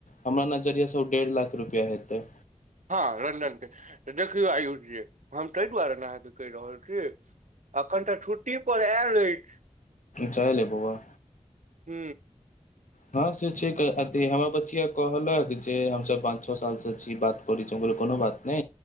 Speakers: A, on the left; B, on the right.
A: हमरा नजरिया से ओ डेढ़ लाख रुपैआ हेतै।
B: हँ लंडन के, देखियौ आयुष जी हम तै दुआरे ने आहांके कहि रहल छी, आखन तऽ छुट्टी पर आयल अछि।
A: चाय लेब बौआ।
B: हू।
A: हां से छैके आ तै हमर बचिया कहलक जे हमसब पाँच छ साल से छीयै, बात करै छीयै, हम कहलिए कोनो बात नै